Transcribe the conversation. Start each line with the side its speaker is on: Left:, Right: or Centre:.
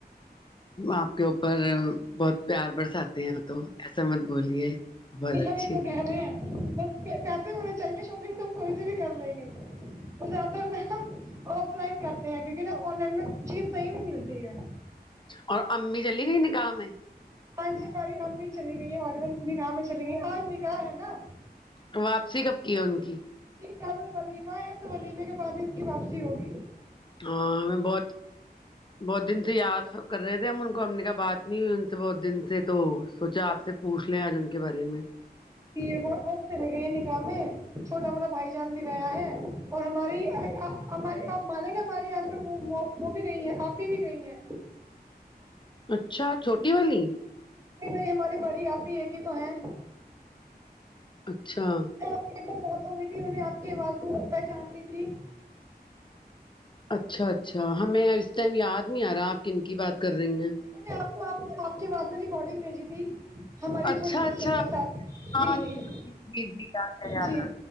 Left: آپ کے اوپر بہت پیار برساتے ہیں تو ایسا مت بولیے بہت اچھی
Right: ہم یہ تو کہہ رہے ہیں بس پیسے ہونا چاہیے شاپنگ تو ہم کہیں سے بھی کر لیں گے تو زیادہ تر نا ہم آف لائن کرتے ہیں کیونکہ نہ آن لائن میں چیز صحیح نہیں ملتی ہے
Left: اور امی چلی گئی نکاہ میں
Right: ہاں جی ہماری امی چلی گئی ہے <unintelligible> نکاح میں چلی گئی آج نکاح ہے نا
Left: تو واپسی کب کی ہے ان کی
Right: جی کل ولیمہ ہے تو ولیمہ کے بعد ہی ان کی واپسی ہوگی
Left: ہاں ہمیں بہت بہت دن سے یاد کر رہے تھے ہم ان کو امی کا بات نہیں ہوئی ان سے بہت دن سے تو سوچا آپ سے پوچھ لیں آج ان کے بارے میں
Right: جی وہ چلی گئیہے نکاح میں چھوٹا والا بھائی جان بھی گیا ہے اور ہماری ہم آپ مانیں گے ہماری یہاں وہ بھی گئی ہے آپی بھی گئی ہیں
Left: اچھا چھوٹی والی
Right: نہیں نہیں ہماری بڑی آپی ایک ہی تو ہیں
Left: اچھا
Right: آپ کی ایک بار بات ہوئی تھی انو نے آپ کی آواز پہچان لی تھی
Left: اچھا اچھا ہمیں اس ٹائم یاد نہیں آ رہا آپ کن کی بات کر رہی ہیں
Right: انونے نے آپ کو آپ آپ کے آواز میں ریکورڈنگ بھیجی تھی ہمارے
Left: اچھا
Right: چھوٹے سسٹر
Left: اچھا
Right: کے ساتھ
Left: ہاں
Right: جی جی
Left: جی جی، یاد ہے یاد
Right: جی